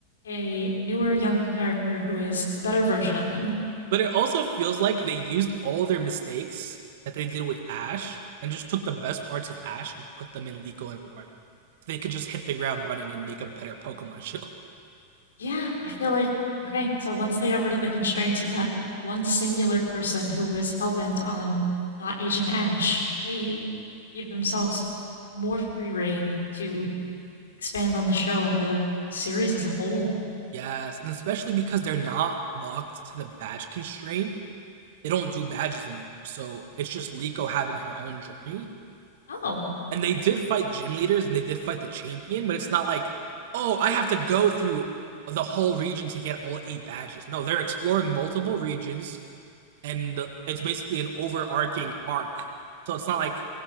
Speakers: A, on the left; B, on the right.
A: a newer, younger character who is a better version of them.
B: But it also feels like they used all their mistakes that they did with Ash and just took the best parts of Ash and put them in Liko and Roy. So they could just hit the ground running and make a better Pokemon <laughs> show.
A: Yeah, I feel like okay, so once they got rid of the constraints of that one singular person who was hell-bent on not aging Ash, they gave themselves more free reign to expand on the show and the, the series as a whole.
B: Yes, and especially because they're not locked to the badge constraint they don't do badges anymore. So it's just Liko having her own journey.
A: Oh,
B: And they did fight gym leaders and they did fight the champion, but it's not like, oh, I have to go through the whole region to get all eight badges. No, they're exploring multiple regions and it's basically an overarching arc. So it's not like